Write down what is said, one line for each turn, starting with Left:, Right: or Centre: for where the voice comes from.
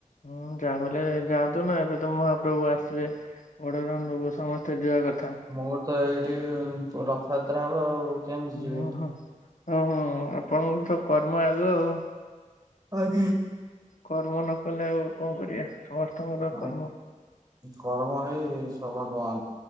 Left: ହୁଁ ଯାହା ବି ହେଲେ ଯାଆନ୍ତୁ ନା ଏବେ ତ ମହାପ୍ରଭୁ ଆସିବେ। ବଡଦାଣ୍ଡକୁ ସମସ୍ତେ ଯିବା କଥା।
Right: ମୋର ତ ଏଇଠି ପ ରଥଯାତ୍ରା ହବ ଆଉ। କେମିତି ଯିବି?
Left: ଓହୋ ଓହୋ ଆପଣଙ୍କର ତ କର୍ମ ଆଗ ଆଉ।
Right: ଆଜ୍ଞା।
Left: କର୍ମ ନ କଲେ ଆଉ କଣ କରିବା। ସମସ୍ତଙ୍କର
Right: ଆ
Left: କର୍ମ
Right: କର୍ମ ହିଁ ସ ଭଗବାନ।